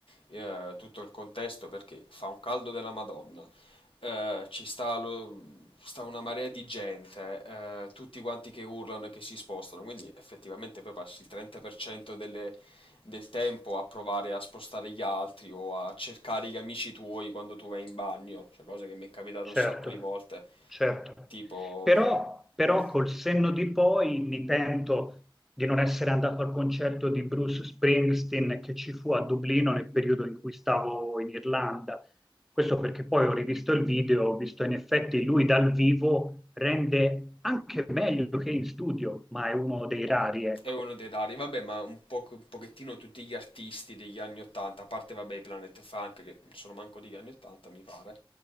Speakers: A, on the left (about 80°); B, in the centre.
A: eh, tutto il contesto perché fa un caldo della Madonna, eh, ci sta, lo- sta una marea di gente, eh, tutti quanti che urlano e che si spostano, quindi effettivamente poi passi il 30% delle- del tempo a provare a spostare gli altri o a cercare gli amici tuoi quando tu vai in bagno, cioè cosa che mi è capitata
B: Certo,
A: un sacco di volte,
B: certo.
A: tipo...
B: Però, però
A: "Mm,
B: col senno di poi mi pento di non essere andato al concerto di Bruce Springsteen che ci fu a Dublino nel periodo in cui stavo in Irlanda. Questo perché poi ho rivisto il video, ho visto in effetti lui dal vivo rende anche meglio che in studio, ma è uno dei rari, ecco.
A: È uno dei rari, vabbè, ma un po' un pochettino tutti gli artisti degli anni 80, a parte vabbè i Planet Funk che non sono manco degli anni 80, mi pare,